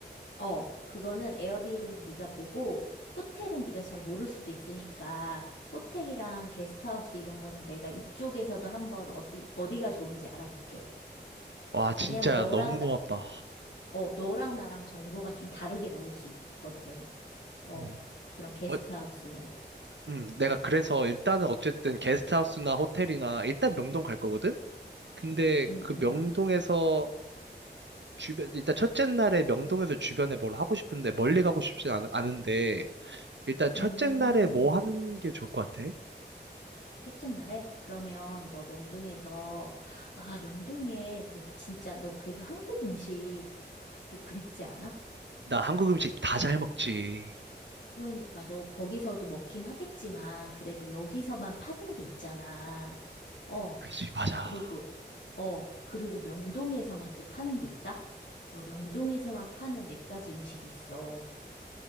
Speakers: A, on the left; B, on the right.
A: 어, 그거는 에어비앤비 네가 보고 호텔은 네가 잘 모를 수도 있으니까 호텔이랑 게스트하우스 이런 거는 내가 이쪽에서도 한번 어디 어디가 좋은지 알아볼게.
B: 와, 진짜
A: 왜냐하면 너랑
B: 너무
A: 나,
B: 고맙다.
A: 어, 너랑 나랑 정보가 좀 다르게 나올 수 있거든. 어,
B: 음.
A: 그런 게스트하우스는.
B: 어, 음, 내가 그래서 일단은 어쨌든 게스트하우스나 호텔이나 일단 명동 갈 거거든? 근데
A: 음,
B: 그
A: 음,
B: 명동에서
A: 음.
B: 주변, 일단 첫째 날에 명동에서 주변에 뭘 하고 싶은데 멀리 가고 싶진 않, 않은데 일단 첫째
A: 음,
B: 날에 뭐 하는 게 좋을 것 같아?
A: 첫째 날에 그러면 너 명동에서 아, 명동에 거기 진짜 너 그래도 한국 음식 또 그립지 않아?
B: 나 한국 음식 다 잘 먹지.
A: 그러니까 너 거기서도 먹긴 하겠지만 그래도 여기서만 파는 게 있잖아. 어,
B: 그지, 맞아.
A: 그리고 어, 그리고 명동에서만 또 파는 게 있다? 너 명동에서만 파는 몇 가지 음식이 있어.